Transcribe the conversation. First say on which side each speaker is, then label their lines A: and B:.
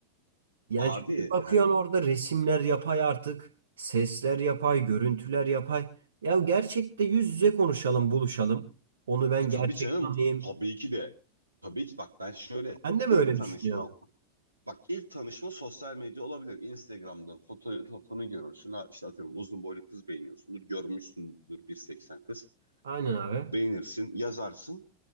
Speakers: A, on the right (about 65°); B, on the right (about 85°).
A: Yani
B: abi
A: çünkü bakıyorsun
B: hani
A: orada resimler yapay artık, sesler yapay, görüntüler yapay. Ya gerçekte yüz yüze konuşalım, buluşalım. Onu ben
B: E tabii
A: gerçek
B: canım.
A: tanıyayım.
B: Tabii ki de. Tabii ki bak ben şöyle
A: Ben de mi
B: ilk
A: öyle
B: tanışma
A: düşünüyorum?
B: bak ilk tanışma sosyal medya olabilir. Instagram'da fotoğrafını görürsün. Ha, işte atıyorum uzun boylu kız beğeniyorsundur. Görmüşsündür 1.80 kız.
A: Aynen abi.
B: Beğenirsin, yazarsın.